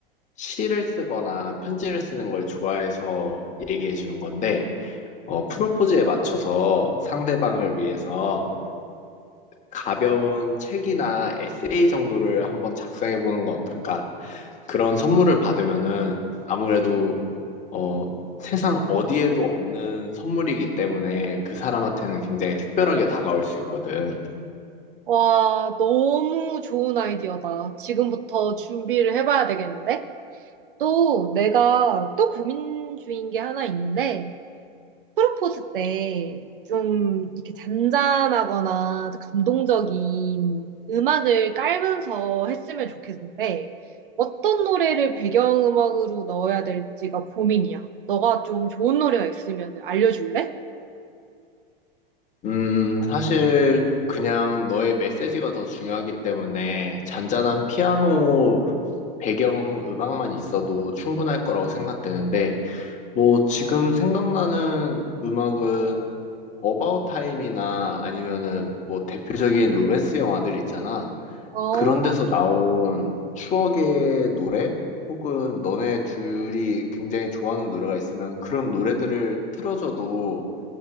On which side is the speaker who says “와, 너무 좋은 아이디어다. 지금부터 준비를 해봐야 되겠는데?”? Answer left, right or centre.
Right